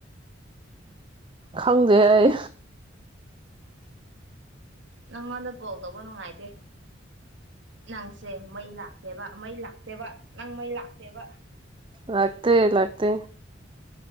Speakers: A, on the right; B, on the right.
A: ꯈꯪꯗꯦ ꯑꯩ
B: ꯅꯪꯉꯣꯟꯗ ꯀꯣꯜ ꯇꯧꯕ ꯅꯨꯡꯉꯥꯏꯇꯦ ꯅꯪꯁꯦ ꯃꯩ ꯂꯥꯛꯇꯦꯕ ꯃꯩ ꯂꯥꯛꯇꯦꯕ ꯅꯪ ꯃꯩ ꯂꯥꯛꯇꯦꯕ
A: ꯂꯥꯛꯇꯦ ꯂꯥꯛꯇꯦ